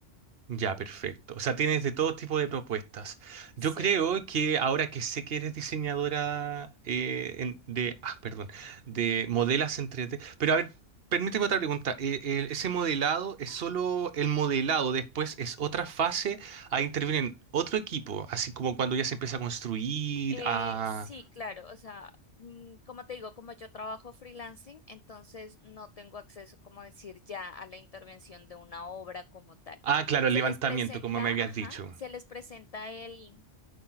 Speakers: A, on the right; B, on the left.
A: Ya, perfecto. O sea, tienes de todo tipo de propuestas. Yo
B: Sí,
A: creo que ahora que sé que eres diseñadora eh, en- de, ah, perdón, de modelas en 3D, pero a ver, permíteme otra pregunta. Eh, eh, ese modelado es solo el modelado, después es otra fase, ahí intervienen otro equipo, así como cuando ya se empieza a construir,
B: Eh,
A: a...
B: sí, claro. O sea, mm, como te digo, como yo trabajo freelancing, entonces no tengo acceso, como decir, ya a la intervención de una obra como tal.
A: Ah, claro,
B: Se
A: el levantamiento,
B: les presenta,
A: como me habías
B: ajá,
A: dicho.
B: se les presenta el,